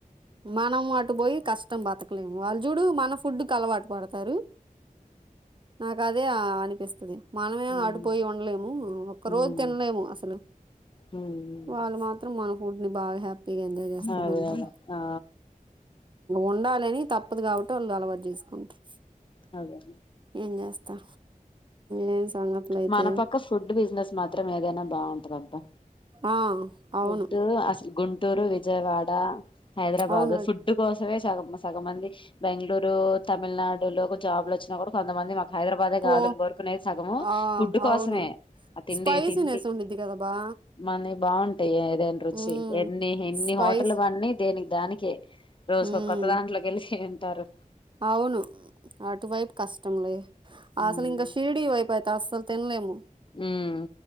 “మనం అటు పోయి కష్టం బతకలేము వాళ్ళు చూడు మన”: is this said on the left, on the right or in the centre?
Right